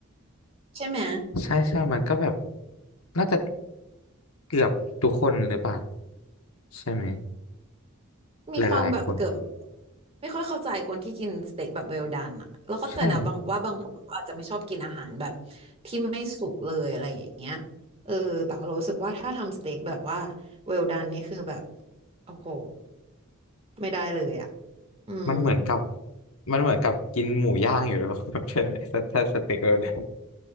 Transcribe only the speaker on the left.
ใช่ใช่ มันก็แบบน่าจะเกือบทุกคนหรือเปล่าใช่ไหม
หลายๆคน
ใช่
มันเหมือนกับมันเหมือนกับกินหมูย่างอยู่หรือเปล่า <laughs> ใช่ไหมถ้าถ้าสเต็กเราเนี่ย